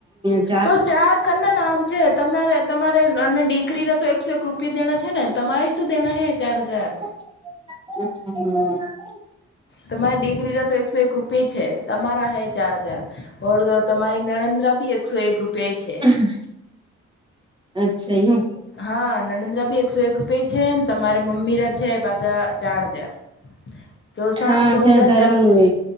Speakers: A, on the right (about 15°); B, on the left (about 40°).
A: <unintelligible>
B: તો ચાર કના નામ છે, તમારે તમારે નને દીકરી ના તો એકસો એક રૂપિયા દેણા છે ને, તમારે જ તો દેણા છે ચાર હજાર.
A: <unintelligible>
B: તમારે દીકરી રે તો એકસો એક રૂપિયા ઈ છે, તમારા હે ચાર હજાર. ઓર તો તમારી નણદરા બી એકસો એક રૂપિયા ઈ છે.
A: <inaudible> અચ્છા યુ.
B: હા નણંદરા બી એકસો એક રૂપિયા છે ને, તમારા મમ્મી રા છે પાછા ચાર હજાર. તો સાસ
A: હા
B: બહુરા
A: જ્યાં ધરમ
B: ચાર
A: નું
B: હજાર